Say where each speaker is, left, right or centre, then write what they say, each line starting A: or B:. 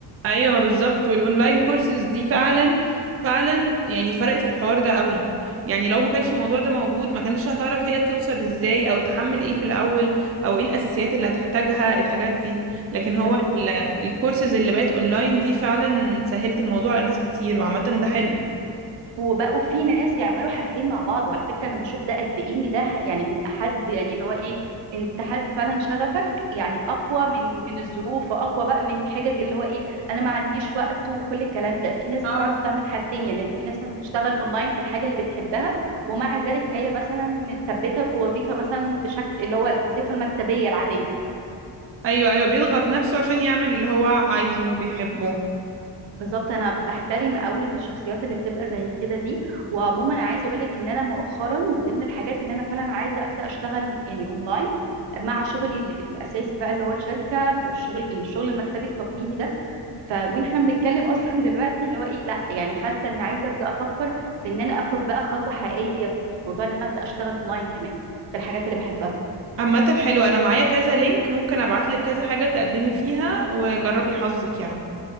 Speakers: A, on the right (about 30°); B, on the right (about 75°).
A: ايوه ما بالظبط والاونلاين كورسز دي فعلا فعلا يعني فرقت في الحوار ده قوي يعني لو ما كانش الموضوع ده موجود ما كانتش هتعرف هي توصل ازاي او تحمل ايه في الاول او ايه الاساسيات اللي هتحتاجها الحاجات دي لكن هو
B: بس
A: ال- الكورسز اللي بقت اونلاين دي فعلا سهلت الموضوع على ناس كتير وعامه ده حلو
B: وبقوا في ناس بيعملوا حاجتين مع بعض وعلى فكرة انا بشوف ده قد ايه ان ده ح- يعني بيبقى حد يعني اللي هو ايه انت حد فعلا شغفك يعني اقوى من من الظروف واقوى بقى من حجج اللي هو ايه انا ما عنديش وقت وكل الكلام ده في ناس
A: اه
B: بتعرف تعمل حاجتين يعني في ناس مثلا بتشتغل اونلاين في الحاجة اللي بتحبها ومع ذلك هي مثلا متثبتة في وظيفة مثلا بشكل اللي هو الوظيفة المكتبية العادية
A: ايوه ايوه بيضغط نفسه عشان يعمل اللي هو عايزه وبيحبه
B: بالظبط انا بحترم قوي الشخصيات اللي بتبقى زي كده دي وعموما عايزه اقول لك ان انا مؤخرا من ضمن الحاجات ان انا فعلا عايزه ابدا اشتغل يعني اونلاين مع شغلي ال- الاساسي بقى اللي هو الشركه في الشغل الشغل المكتبي التقليدي ده ف واحنا بنتكلم اصلا <laughs> دلوقتي اللي هو ايه لا يعني حاسه اني عايزه ابدا افكر في ان انا اخد بقى خطوه حقيقيه في موضوع ان انا ابدا اشتغل اونلاين كمان في الحاجات اللي بحبها
A: عامة حلو انا معايا كذا لينك ممكن ابعتلك كذا حاجة تقدمي فيها وجربي حظك يعني